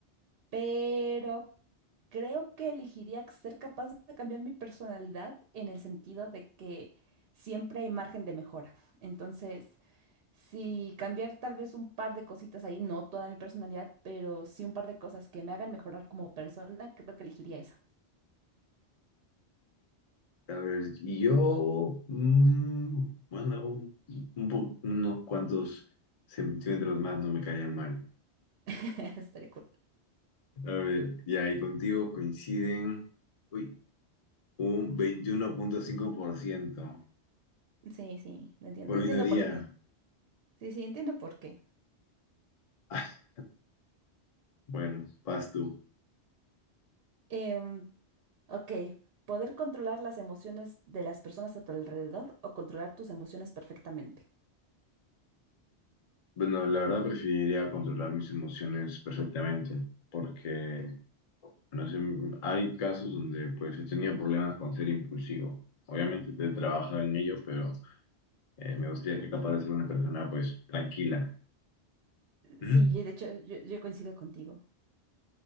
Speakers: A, on the right; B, on the left.
A: pero creo que elegiría ser capaz de cambiar mi personalidad en el sentido de que siempre hay margen de mejora. Entonces, si cambiar tal vez un par de cositas ahí, no toda mi personalidad, pero sí un par de cosas que me hagan mejorar como persona, creo que elegiría esa.
B: A ver, y yo, mm, bueno, un, un po- unos cuantos centímetros más no me caían mal.
A: <laughs> Estaría cool.
B: A ver, ya, y contigo coinciden. Uy. Un veintiuno punto cinco por ciento
A: Sí, sí, lo entiendo,
B: por
A: entiendo
B: minoría.
A: por qué. Sí, sí, entiendo por qué.
B: <laughs> Bueno, vas tú.
A: Em, ok, poder controlar las emociones de las personas a tu alrededor o controlar tus emociones perfectamente.
B: Bueno, la verdad preferiría controlar mis emociones perfectamente, porque no sé, hay casos donde pues he tenido problemas con ser impulsivo. Obviamente te trabaja en ello, pero eh, me gustaría ser capaz de ser una persona pues tranquila. Ujú.
A: Sí, yo- de hecho, yo, yo coincido contigo.